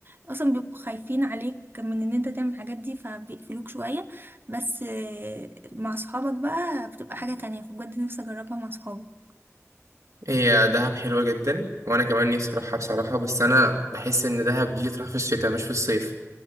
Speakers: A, on the right (about 40°); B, on the right (about 80°).
A: اصلا بيبقوا خايفين عليك من ان انت تعمل الحاجات دي فبيقفلوك شوية بس آه، مع صحابك بقى بتبقى حاجة تانية فبجد نفسي اجربها مع صحابي
B: هي دهب حلوة جدا وأنا كمان نفسي أروحها بصراحة بس أنا بحس إن دهب دي تروح في الشتاء مش في الصيف